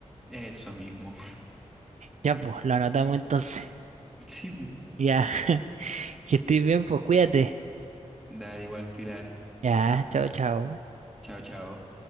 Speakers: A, in the centre; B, on the right.
A: eso mismo.
B: Ya, pues, lo anotamos entonces.
A: <laughs> Sí,
B: Ya, <laughs> que estés bien, pues cuídate.
A: dale igual, Pilar.
B: Ya, chao, chao.
A: Chao, chao.